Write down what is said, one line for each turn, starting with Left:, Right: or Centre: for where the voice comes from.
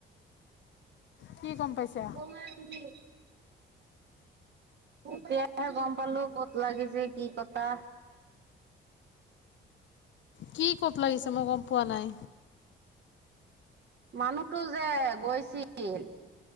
Left: কি গম পাইছে।
Right: তোমা এইটো কি কৰি। এতিয়াহে গম পালো ক'ত লাগিছে কি কথা।
Left: কি ক'ত লাগিছে মই গম পোৱা নাই।
Right: মানুহতো যে গৈছিল।